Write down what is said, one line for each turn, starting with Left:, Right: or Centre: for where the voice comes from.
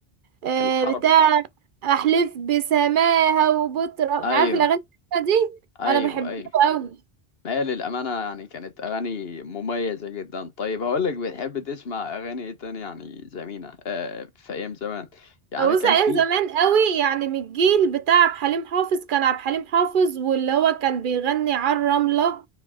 Right: آه،
Left: الحرب
Right: بتاع أحلف بسماها وبطر عارف
Left: ايوه
Right: الأغاني دي
Left: ايوه
Right: أنا بحبها
Left: ايوه
Right: أوي
Left: ما هي للأمانة يعني كانت أغاني مميزة جدا طيب هقولك بتحب تسمع أغاني إيه تاني يعني زمينة آه في أيام زمان يعني
Right: بص
Left: كان
Right: ايام
Left: في
Right: زمان قوي يعني من الجيل بتاع عبد الحليم حافظ كان عبد الحليم حافظ واللي هو كان بيغني على الرملة